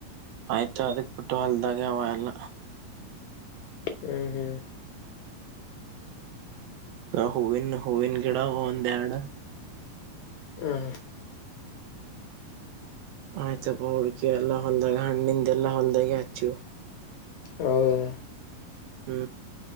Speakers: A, on the right (about 85°); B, on the left (about 75°).
A: ಆಯ್ತು ಅದಕ್ ಬಿಟ್ಟು ಅಲ್ದಾಗ ಅವ ಎಲ್ಲ
B: ಹ್ಮ್ ಹ್ಮ್
A: ಹವನ್ ಹವನ್ ಕೆಡ ನ್ ದ್ಯಾಡ
B: ಹಾ
A: ಆಯ್ತಪ್ಪ ಹುಡುಕಿ ಎಲ್ಲಾ ಹೊಂದಾಗ ಹಣ್ಣಿಂದೆಲ್ಲಾ ಹೊಂದಾಗಿ ಹಚ್ಚು
B: ಹೌದಾ
A: ಹ್ಮ್